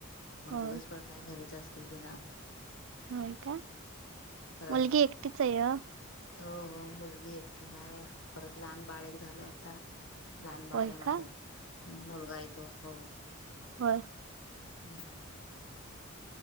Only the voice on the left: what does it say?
मग
दिवसभर काय घरीच असते ति ना
परत
हो हो मुलगी एकी आहे परत लहान बाळक झाले आता लहान बाळे
आहे माझे
मुलगा य तो हो
हम्म